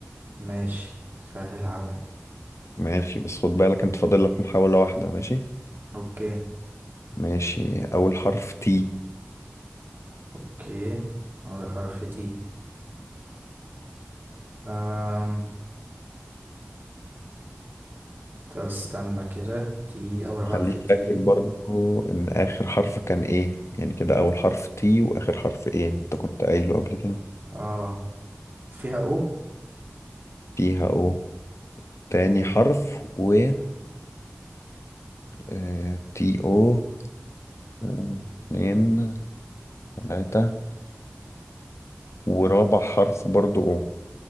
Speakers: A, on the right; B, on the left.
A: ماشي سهل عليا
B: ماشي بس خد بالك أنت فاضل لك محاولة واحدة ماشي
A: اوكي
B: ماشي أول حرف تي
A: اوكي اول حرف تي أم... طب استنى كده تي اول
B: وخليك
A: حرف تي
B: فاكر برضو ان اخر حرف كان ايه يعني كده اول حرف تي واخر حرف ايه انت كنت قايله قبل كده
A: اه فيها او
B: فيها او تاني حرف و آه، تي او آه، اتنين تلاتة ورابع حرف برضو او